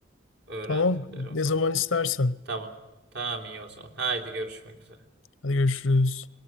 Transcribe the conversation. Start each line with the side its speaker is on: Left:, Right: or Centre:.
Right: öğrendiklerim
Left: Tamam, ne
Right: falan.
Left: zaman istersen.
Right: Tamam. Tamam iyi o zaman. Haydi görüşmek üzere.
Left: Hadi görüşürüz.